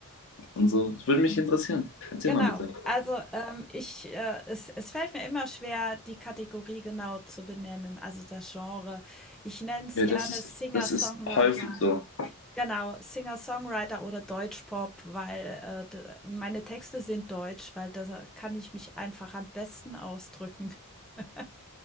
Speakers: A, on the left (about 60°); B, in the centre.
A: Und so. Das würde mich interessieren. Erzähl
B: Genau.
A: mal bitte.
B: Also, ähm, ich, äh, es, es fällt mir immer schwer, die Kategorie genau zu benennen, also das Genre. Ich nenne es
A: Ja,
B: gerne
A: das ist,
B: Singer-Songwriter.
A: das ist häufig so.
B: Genau, Singer-Songwriter oder Deutschpop, weil äh, d- meine Texte sind deutsch, weil da kann ich mich einfach am besten ausdrücken. <laughs>